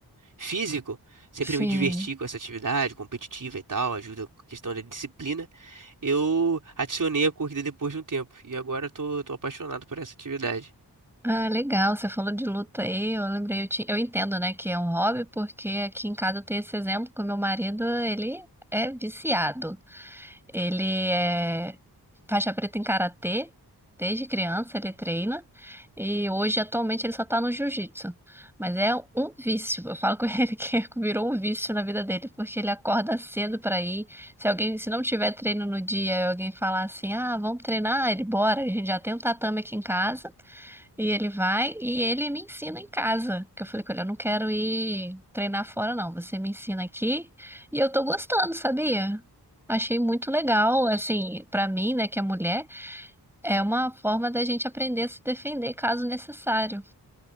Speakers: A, on the right; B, in the centre.
A: físico, sempre
B: sim.
A: me diverti com essa atividade competitiva e tal, ajuda com a questão da disciplina, eu adicionei a corrida depois de um tempo, e agora eu tô, tô apaixonado por essa atividade.
B: Ah, legal, você falou de luta aí, eu lembrei, eu, ti- eu entendo, né, que é um hobby, porque aqui em casa eu tenho esse exemplo, que o meu marido, ele é viciado. Ele é faixa preta em karatê, desde criança ele treina, e hoje, atualmente, ele só tá no jiu-jitsu. Mas é um vício, eu falo com <laughs> ele que virou um vício na vida dele, porque ele acorda cedo pra ir, se alguém, se não tiver treino no dia, e alguém falar assim, ah, vamos treinar, ele bora, a gente já tem um tatame aqui em casa, e ele vai e ele me ensina em casa. Que eu falei com ele, eu não quero ir treinar fora, não. Você me ensina aqui e eu tô gostando, sabia? Achei muito legal, assim, pra mim, né, que é mulher, é uma forma da gente aprender a se defender caso necessário.